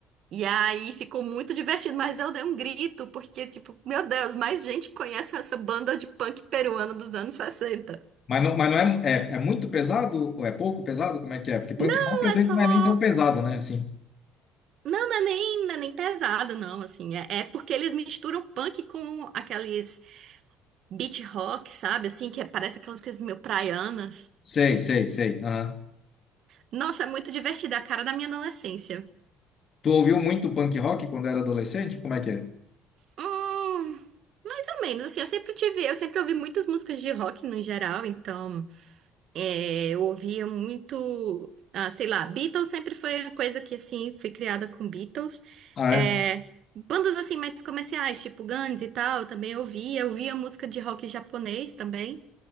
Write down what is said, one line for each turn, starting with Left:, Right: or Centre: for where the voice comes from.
Right: E aí ficou muito divertido, mas eu dei um grito, porque, tipo, meu Deus, mais gente conhece essa banda de punk peruana dos anos sessenta
Left: Mas não, mas não é, é, é muito pesado ou é pouco pesado? Como é que é? Porque punk
Right: Não,
Left: rock às vezes
Right: é só.
Left: não é nem tão pesado, né? Assim.
Right: Não, não é nem, não é nem pesado, não, assim. É, é porque eles misturam punk com aqueles beat rock, sabe? Assim, que é, parece aquelas coisas meio praianas.
Left: Sei, sei, sei. Aham.
Right: Nossa, é muito divertida, a cara da minha adolescência.
Left: Tu ouviu muito punk rock quando era adolescente? Como é que é?
Right: Hum, mais ou menos, assim, eu sempre tive, eu sempre ouvi muitas músicas de rock no geral, então é, eu ouvia muito, ah, sei lá, Beatles sempre foi uma coisa que, assim, fui criada com Beatles.
Left: Ah, é?
Right: É, bandas, assim, mais comerciais, tipo Guns e tal, eu também ouvia, eu via música de rock japonês também.